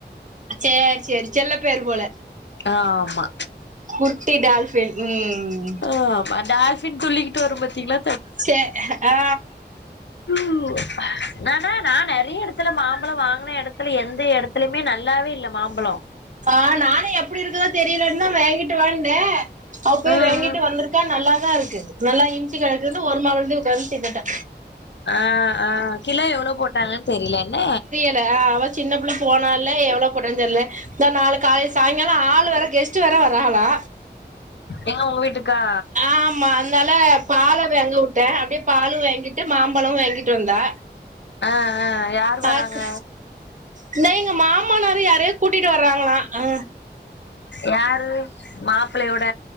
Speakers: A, on the right; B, on the left.
A: செரி செரி செல்ல பேரு போல
B: ஆ ஆமா
A: குட்டி டால்ஃபின் ம்
B: ஆ ஆமா டால்ஃபின் துள்ளிக்கிட்டு வரு பாத்தீங்களா
A: செ அ ஆ
B: அ நானா நா நெறைய எடத்துல மாம்பழோ வாங்குன எடத்துல எந்த எடத்துலயுமே நல்லாவே இல்ல மாம்பழோ
A: ஆ நானும் எப்படி இருக்குதோ தெரியலன்னு தான் வாங்கிட்டு வாந்நே அவ போய்
B: ம்
A: வாங்கிட்டு
B: ம்
A: வந்திருக் ஒர்க்கா நல்லாாதான் இருக்குது நல்லா இனிச்சு கெடக்குதுன்னு ஒரு மாம்பழத்தையு உக்காந்து தின்னுட்டா
B: ஆ ஆ கிலா எவ்ளோ போட்டாங்கன்னு தெரியல என்ன
A: தெர்ல அவ சின்ன புள்ள போனல எவ்ளோ போட்டா தெர்ல இந்த நாாலு காலைய சாயங்காலம் ஆள் வேற கெஸ்ட் வேற வராங்களா
B: எங்க உங்க வீட்டுக்கா
A: ஆமா அதனால பால வாங்க வுட்டேன் அப்டியே பாலும் வாங்கிட்டு மாம்பழம் வாங்கிட் டு வந்தா
B: ஆ ஆ யார்
A: பாக்கு
B: வராங்க
A: இன்னைக் எங்க மாமனாரு யாரையோ கூட்டிட்டு வர்றாங்களா ஹ
B: யாரு மாப்பிள்ளையோட